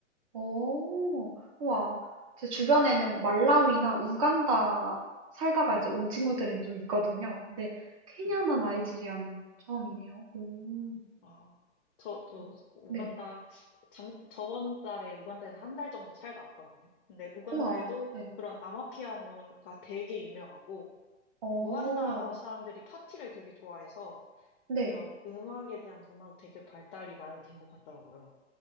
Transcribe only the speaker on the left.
네.
어, 저도
우간다,
장, 저번 달에 우간다에서 한 달 정도 살다 왔거든요. 근데 우간다에도
그런 아마피아노가 되게 유명하고,
우간다 사람들이 파티를 되게 좋아해서
그런 음악에 대한 문화도 되게 발달이 많이 된 것 같더라고요.